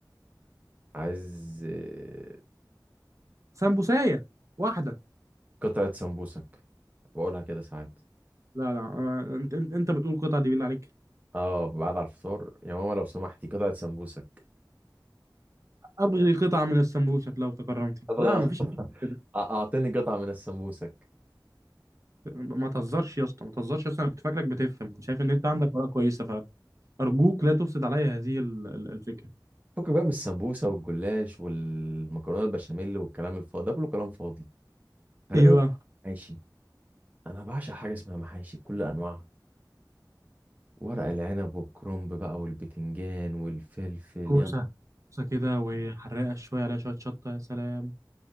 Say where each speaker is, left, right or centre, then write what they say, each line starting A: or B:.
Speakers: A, on the right; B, on the right.
A: عايز آه،
B: سمبوسايه واحده
A: قطعة سمبوسك بقولها كده ساعات
B: لا لا آه، انت انت انت بتقول قطعه دي بالله عليك
A: اه بعد على الفطار يا ماما لو سمحتي قطعة سمبوسك
B: ابغي قطعه من السمبوسك لو تكرمتي
A: ابغى
B: لا مفيش
A: <laughs>
B: كده
A: أ- اعطيني قطعة من السمبوسك
B: ما تهزرش يا اسطى ما تهزرش يا اسطى انا كنت فاكرك بتفهم كنت شايف ان انت عندك ورقه كويسه فارجوك لا تفسد عليا هذه ال- ال- الفكره
A: فكك بقى من السمبوسة والجلاش والمكرونة البشاميل والكلام الفاضي ده كله كلام فاضي خلينا
B: ايوه
A: محاشي انا بعشق حاجة اسمها محاشي بكل انواعها ورق العنب والكرنب بقى والبتنجان والفلفل
B: كوسه
A: يا
B: كوسه كده وحرقه شويه عليها شويه شطه يا سلام